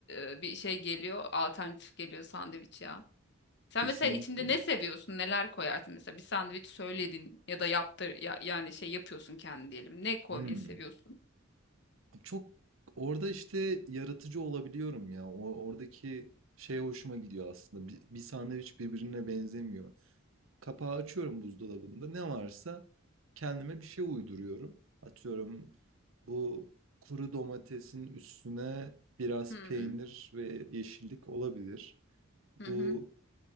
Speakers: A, on the left; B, on the right.
A: e, e, bir şey geliyor, alternatif geliyor sandviç ya. Sen
B: Kesinlikle.
A: mesela içinde ne seviyorsun, neler koyarsın mesela bir sandviç söyledin ya da yaptır ya, yani şey yapıyorsun kendi diyelim. Ne koymayı
B: Hmm.
A: seviyorsun?
B: Çok orada işte yaratıcı olabiliyorum ya. O, oradaki şey hoşuma gidiyor aslında. Bir, bir sandviç birbirine benzemiyor. Kapağı açıyorum buzdolabında. Ne varsa kendime bir şey uyduruyorum. Atıyorum bu kuru domatesin üstüne biraz
A: Hmm,
B: peynir ve yeşillik olabilir.
A: Hı hı.
B: Bu